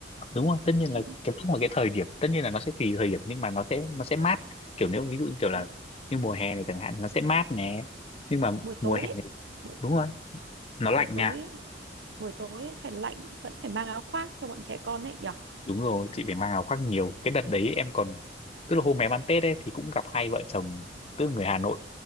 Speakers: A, on the left; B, on the right.
A: đúng rồi tất nhiên
B: trên
A: là cái lúc mà cái thời điểm tất nhiên là nó sẽ tùy thời điểm nhưng mà nó sẽ nó sẽ mát kiểu nếu ví dụ như kiểu là
B: à,
A: như mùa hè này chẳng hạn thì nó sẽ mát nè nhưng mà
B: buổi
A: mùa
B: tối
A: hè
B: ấy,
A: này
B: buổi
A: đúng rồi nó lạnh
B: buổi tối
A: nha
B: ấy, buổi tối ấy, phải lạnh vẫn phải mang áo khoác cho bọn trẻ con ấy nhở
A: đúng rồi chị phải mang áo khoác nhiều cái đợt đấy em còn tức là hôm em ăn Tết ấy thì cũng gặp hai vợ chồng tức là người Hà Nội